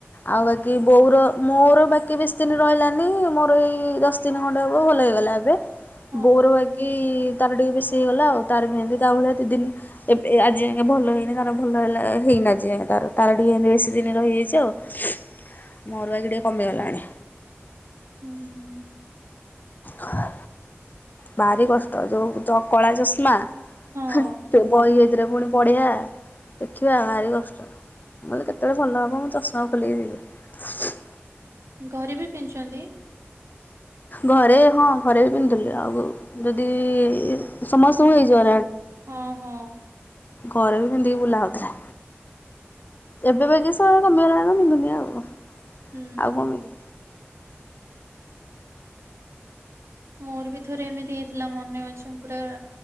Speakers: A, on the left; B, on the right.
A: ଆଉ ବାକି ବୋଉର ମୋର ବାକି ବେଶୀ ଦିନ ରହିଲାନି। ମୋର ଏଇ ଦଶ ତିନି ଖଣ୍ଡେହବ ଭଲ ହେଇଗଲା ଏବେ
B: ହଁ
A: ବୋଉର ବାକି ତାର ଟିକେ ବେଶୀ ହେଇଗଲା ଆଉ ତାର ମହତି ତା ଭଳିଆ ଦି ଦିନ ଏବେ ଆଜି ଆଞେ ଭଲ ହେଇନି ତାର ଭଲ ହେଲା ହେଇନି ଆଜି ଯାଏଁ। ତ ତାର ଟିକେ ଏମିତି ବେଶୀ ଦିନ ରହିଯାଇଛି ଆଉ ମୋରୁ ବାକ ଟିକେ କମିଗଲାଣି।
B: ହୁଁ।
A: ହଁ। ଭାରି କଷ୍ଟ ଯୋଉ କଳା ଚଷମା
B: ହଁ
A: ରାତିରେ ପୁଣି ପଢିଆ ଦେଖିବା ଭାରି କଷ୍ଟ। ମୋତେ କେତେବେଳେ ଭଲ ହବ ମୁଁ ଚଶମା ଖୋଲିକି ଯିବି?
B: ଘରେ ବି ପିନ୍ଧୁଚନ୍ତି।
A: ଘରେ ହଁ ଘରେ ବି ପିନ୍ଧୁଥିଲୁ। ଆଉ ଯଦି ସମସ୍ତଙ୍କୁ ହେଇଯିବ।
B: ହଁ ହଁ।
A: ଘରେ ବି ପିନ୍ଧାହେଇକି ବୁଲା ହେଉଥିଲା ଏବେବି କି ସମୟ କମିଗଲା। ମୁନି ଆଉ ଆଉ
B: ହୁଁ
A: କଣ ପିନ୍ଧିବି?
B: ମୋର ବି ଥରେ ଏମିତି ହେଇଥିଲା ମନେ ଅଛି ପୁରା